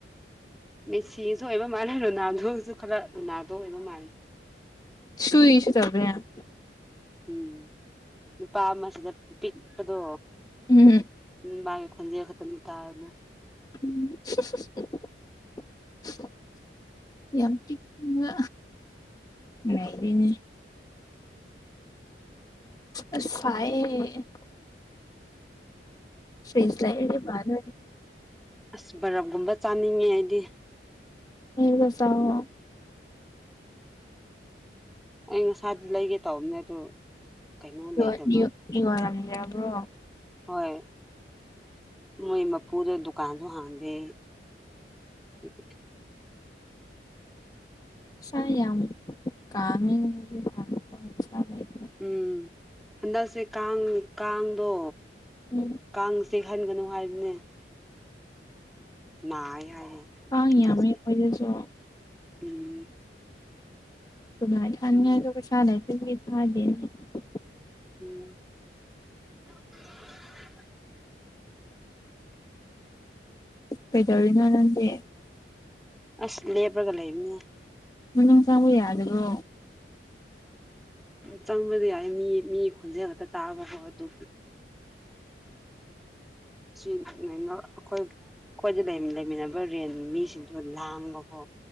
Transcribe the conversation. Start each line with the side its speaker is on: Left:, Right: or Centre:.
Centre: ꯃꯦꯁꯤꯁꯨ ꯑꯣꯏꯕ ꯃꯥꯜꯂꯦ ꯔꯣꯅꯥꯜꯗꯣꯁꯨ ꯈꯔ ꯔꯣꯅꯥꯜꯗꯣ ꯑꯣꯏꯕ ꯃꯥꯜꯂꯦ
Left: ꯁꯨꯏꯁꯨ ꯇꯧꯕꯅꯦ
Centre: ꯎꯝ ꯅꯨꯄꯥ ꯑꯃ ꯁꯤꯗ ꯄꯤꯛꯄꯗꯣ
Left: ꯎꯝ
Centre: ꯎꯝ ꯃꯥꯒꯤ ꯈꯣꯟꯖꯦꯜ ꯈꯛꯇꯃꯤ ꯇꯥꯔꯅꯦ
Left: ꯎꯝ ꯌꯥꯝ ꯄꯤꯛꯅ ꯅꯩꯔꯦꯅꯦ ꯑꯁ ꯁꯥꯏꯌꯦ ꯐ꯭ꯔꯤꯁ ꯂꯩꯥꯔꯗꯤ ꯐꯗꯣꯏꯅꯤ
Centre: ꯑꯁ ꯕꯔꯞꯒꯨꯝꯕ ꯆꯥꯅꯤꯡꯉꯦ ꯑꯩꯗꯤ
Left: ꯂꯩꯔꯒ ꯆꯥꯎꯋꯣ
Centre: ꯑꯩ ꯉꯁꯥꯗꯤ ꯂꯩꯒꯦ ꯇꯧꯕꯅꯦ ꯑꯗꯨ ꯀꯩꯅꯣ ꯂꯩꯇꯕ
Left: ꯂꯣꯏ ꯃ꯭ꯌꯨꯠ ꯌꯣꯜꯂꯝꯗ꯭ꯔꯕꯣ
Centre: ꯍꯣꯏ ꯃꯣꯏ ꯃꯄꯨꯗꯨ ꯗꯨꯀꯥꯟꯖꯨ ꯍꯥꯡꯗꯦ ꯑꯗꯨꯒꯤ
Left: ꯏꯁꯥ ꯌꯥꯝ ꯀꯥꯡꯉꯦ ꯉꯁꯤꯗꯤ
Centre: ꯎꯝ ꯍꯟꯗꯛꯁꯦ ꯀꯥꯡ ꯀꯥꯡꯗꯣ
Left: ꯎꯝ
Centre: ꯀꯥꯡꯁꯦꯍꯟꯒꯅꯨ ꯍꯥꯏꯕꯅꯦ ꯑ ꯍꯥꯏꯌꯦ
Left: ꯀꯥꯡꯉꯤ
Centre: ꯍꯟꯗꯛꯁꯦ
Left: ꯑꯣꯏꯗꯁꯨ
Centre: ꯎꯝ
Left: ꯍꯥꯏ
Centre: ꯎꯝ
Left: ꯀꯩꯁꯂ ꯍꯥꯏ
Centre: ꯎꯝ <inaudible>
Left: ꯀꯩꯗꯧꯔꯤꯅꯔꯗꯤ
Centre: ꯑꯁ ꯂꯦꯕꯔꯒ ꯂꯩꯕꯅꯦ
Left: ꯅꯪ ꯆꯥꯕ ꯌꯥꯗ꯭ꯔꯣ
Centre: ꯆꯪꯕꯗꯤ ꯌꯥꯏ ꯃꯤ ꯃꯤ ꯈꯣꯟꯖꯦꯜ ꯈꯛꯇ ꯇꯥꯕꯀꯣ ꯑꯗꯨ ꯁꯤ ꯅꯣꯏꯅ ꯑꯩꯈꯣꯏ ꯑꯩꯈꯣꯏꯗ ꯂꯩꯃꯤꯟꯅꯕ ꯔꯦꯟ ꯃꯤꯁꯤꯡꯗꯣ ꯂꯥꯡꯕꯀꯣ